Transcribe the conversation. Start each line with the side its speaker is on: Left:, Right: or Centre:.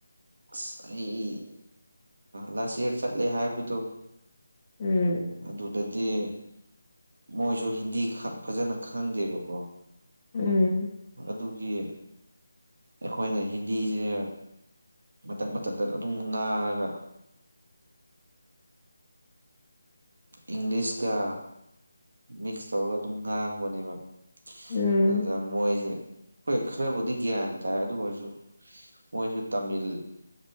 Right: ꯑꯁ ꯑꯩ ꯂꯥꯁ ꯏꯌꯥꯔ ꯆꯠꯂꯦ ꯍꯥꯏꯕꯗꯣ
Left: ꯎꯝ
Right: ꯑꯗꯨꯗꯗꯤ ꯃꯣꯏꯁꯨ ꯍꯤꯟꯗꯤ ꯈ ꯐꯖꯅ ꯈꯪꯗꯦꯕꯀꯣ
Left: ꯎꯝ
Right: ꯑꯗꯨꯒꯤ ꯑꯩꯈꯣꯏꯅ ꯍꯤꯟꯗꯤꯖꯦ ꯃꯇꯠ ꯃꯇꯠ ꯇꯠ ꯑꯗꯨꯝ ꯉꯅꯥꯔꯒ ꯏꯪꯂꯤꯁꯀ ꯃꯤꯛꯁ ꯇꯧꯔꯒ ꯑꯗꯨꯝ ꯉꯥꯡꯕꯅꯦꯕ
Left: ꯎꯝ
Right: ꯑꯗꯨꯗ ꯃꯣꯏꯖꯦ ꯍꯣꯏ ꯈꯔꯕꯨꯗꯤ ꯒ꯭ꯌꯥꯟ ꯇꯥꯏ ꯑꯗꯨ ꯑꯣꯏꯔꯁꯨ ꯃꯣꯏꯖꯨ ꯇꯥꯃꯤꯜ